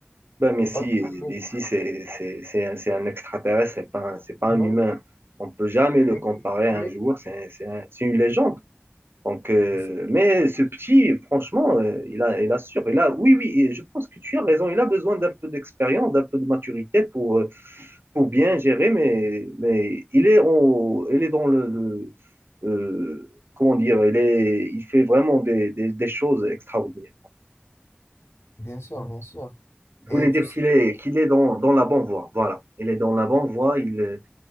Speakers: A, on the right; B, on the left.
A: Ben, mais
B: C'est
A: si,
B: pas le même niveau.
A: Messi, c'est c'est- c'est un, c'est un extraterrestre, c'est pas, un- c'est pas
B: Ouais,
A: un humain. On peut jamais le
B: et même-
A: comparer à
B: et même-
A: un joueur, c'est c'est un- c'est une légende. Donc, euh,
B: Bien
A: mais ce petit, franchement, euh, il a, il assure. Il a, oui, oui, et je pense que tu as raison. Il a besoin d'un peu d'expérience, d'un peu de maturité pour, euh, pour bien gérer, mais, mais il est, au, il est dans le, le, euh, comment dire, il est, il fait vraiment des, des, des choses extraordinaires.
B: sûr, bien sûr.
A: Je
B: Et
A: voulais dire
B: tu sais,
A: qu'il est, qu'il est dans, dans la bonne voie. Voilà. Il est dans la bonne voie. Il,